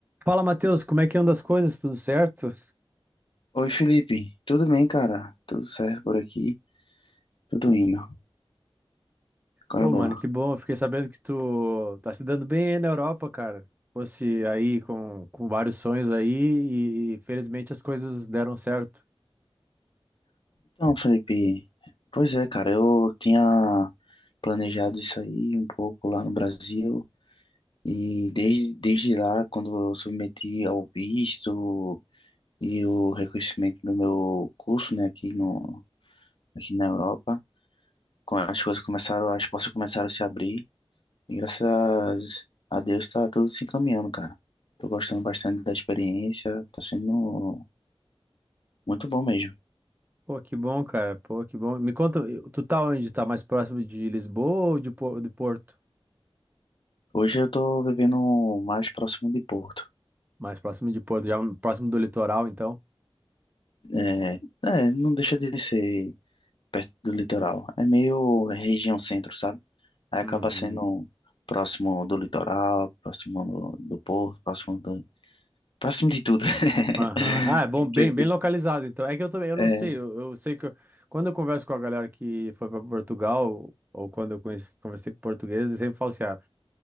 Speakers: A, on the right (about 20°); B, on the left (about 55°).
A: Fala, Matheus, como é que anda as coisas? Tudo certo?
B: Oi, Felipe. Tudo bem, cara? Tudo certo por aqui? Tudo indo. Qual
A: Pô,
B: é a boa?
A: mano, que bom. eu Fiquei sabendo que tu tá se dando bem aí na Europa, cara. Fosse aí com, com vários sonhos aí e, e, felizmente as coisas deram certo.
B: Então, Felipe, pois é, cara, eu tinha planejado isso aí um pouco lá no Brasil e desde, desde lá, quando eu submeti ao visto e o reconhecimento do meu curso, né, aqui no, aqui na Europa, co- as coisas começaram, as portas começaram a se abrir e graças a Deus tá tudo se encaminhando, cara. Tô gostando bastante da experiência, tá sendo Muito bom mesmo.
A: Pô, que bom, cara. Pô, que bom. Me conta, eh, tu tá onde? Tá mais próximo de Lisboa ou de, Po- de Porto?
B: Hoje eu tô vivendo mais próximo de Porto.
A: Mais próximo de Porto, já próximo do litoral, então?
B: É, é, não deixa de ser perto do litoral. É meio região centro, sabe? Aí acaba
A: Uhum.
B: sendo próximo do litoral, próximo do, do porto, próximo do, próximo de tudo. <laughs>
A: Aham. Ah, é bom, bem,
B: Que eu
A: bem
B: fico-
A: localizado, então. É que eu também, eu não
B: É,
A: sei, eu, eu sei que eu- quando eu converso com a galera que foi para Portugal, ou quando eu conheci, conversei com portugueses, eles sempre falam assim, ah,